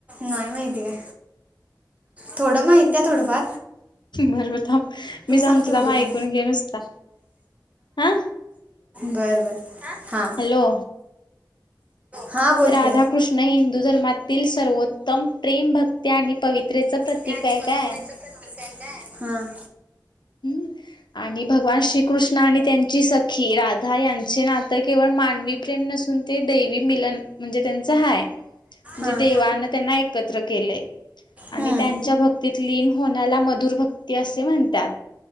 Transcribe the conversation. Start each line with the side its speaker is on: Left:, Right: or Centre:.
Right: नाही माहिती काय, थोडं माहित आहे थोडं फार-
Left: बर बर थांब मी सांगतो
Right: सांग की
Left: थांब
Right: बघू
Left: ऐकून
Right: तू
Left: घे नुसता हा
Right: बरं बर हा
Left: हॅलो....
Right: हां बोल
Left: राधाकृष्ण
Right: की
Left: हिंदू धर्मातील सर्वोत्तम प्रेम, भक्ती आणि पवित्रेच प्रतीक
Right: ते पविञेच
Left: आहे काय
Right: प्रतीक आहे काय हा-
Left: हम् आणि भगवान श्रीकृष्ण आणि त्यांची सखी राधा यांचे नातं तर केवळ मानवी प्रेम नसुन ते द देवी मिलन म्हणजे त्यांच हाय म्हणजे
Right: हां
Left: देवानं त्यांना एकत्र केलय आणि
Right: हं,
Left: त्यांच्या भक्तीत लीन होण्याला मधुर भक्ती असे म्हणतात.